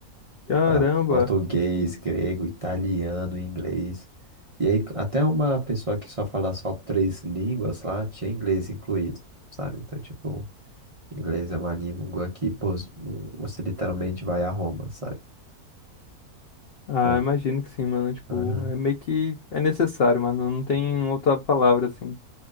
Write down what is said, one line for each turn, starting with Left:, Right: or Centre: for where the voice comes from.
Left: Caramba!
Right: Falava português, grego, italiano, inglês. E aí, até uma pessoa que só fala só três línguas lá tinha inglês incluído, sabe? Então, tipo, inglês é uma língua que, pô, você literalmente vai a Roma, sabe?
Left: Ah,
Right: Com...
Left: imagino que sim, mano. Tipo,
Right: Aham.
Left: é meio que é necessário, mano. Não tem outra palavra assim.